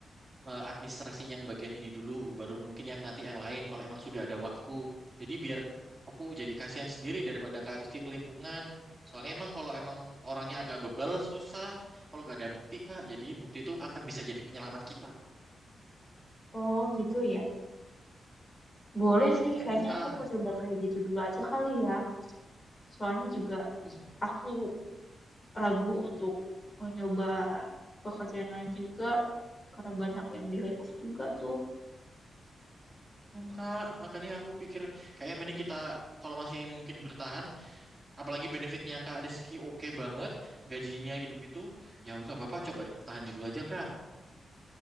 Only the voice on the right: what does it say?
eh, administrasi yang bagian ini dulu baru mungkin yang nanti yang lain kalau emang sudah ada waktu. Jadi biar aku jadi kasihan sendiri daripada Kak Rizky kelimpungan. Soalnya emang kalau emang orangnya agak bebal susah kalau nggak ada bukti Kak. Jadi bukti itu akan bisa jadi penyelamat kita.
Mm,
Pak.
Mm,
Kak, makanya aku pikir kayaknya mending kita kalau masih mungkin bertahan, apalagi benefitnya Kak Rizky oke banget, gajinya gitu-gitu, ya udah nggak apa-apa coba dipertahan dulu aja Kak.